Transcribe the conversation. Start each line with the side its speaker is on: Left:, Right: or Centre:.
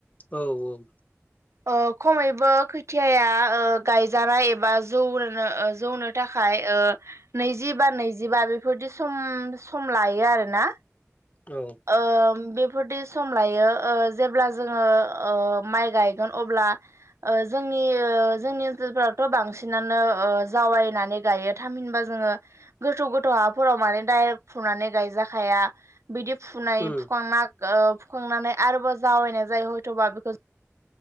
Left: औ औ
Right: अ खमै बेबो खोथियाया गायजानाय एबा जौनो जौनो थाखाय नैजिबा नैजिबा बेफोरदि सम सम लायो आरोना।
Left: औ
Right: ओ बे बेफोरदि सम लायो ओ जेब्ला जोङो ओ माइ गायगोन अब्ला ओ जों जोंनि ओ जोंनि ओनसोलफोरावथ' बांसिनानो जावायनानै गायो थामहिनबा जोङो गोथौ गोथौ हाफोराव माने डाइरेक्ट फुनानै गायजाखाया बिदि फुनाय
Left: उम
Right: फुखांना ओ फुखांनानै आरोबाव जावैनाय जायो हयथ'बा बेखौ